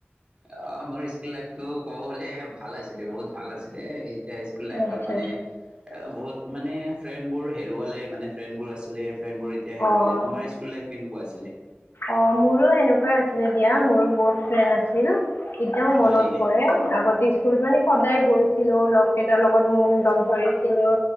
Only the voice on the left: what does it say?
আচ্ছা
অ
অ' মোৰো সেনেকুৱাই আছিলে দিয়া, মোৰো বহুত ফ্ৰেণ্ড আছিল এতিয়া
মনত
পৰে, আগতে স্কুলত মানে সদায় গৈছিলো লগ কেইটাৰ লগত, উম ধৰিছিলো,